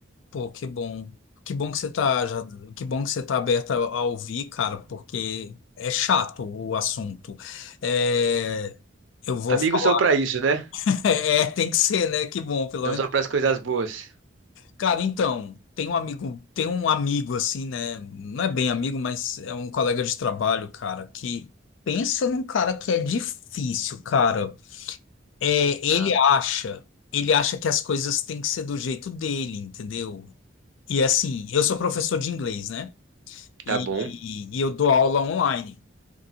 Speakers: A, on the left (about 80°); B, on the right (about 80°).
A: Pô, que bom. Que bom que você tá já, que bom que você tá aberta a a ouvir, cara, porque é chato o assunto. É, eu vou
B: Amigos
A: falar.
B: são pra isso, né?
A: <laughs> É, tem que ser, né? Que bom, pelo
B: Não
A: menos,
B: só pras coisas
A: né?
B: boas.
A: Cara, então, tem um amigo, tem um amigo assim, né? Não é bem amigo, mas é um colega de trabalho, cara, que pensa num cara que é difícil, cara. É, ele
B: Tá.
A: acha, ele acha que as coisas têm que ser do jeito dele, entendeu? E assim, eu
B: Hum,
A: sou professor de inglês, né?
B: tá
A: E,
B: bom,
A: e- e eu dou aula online.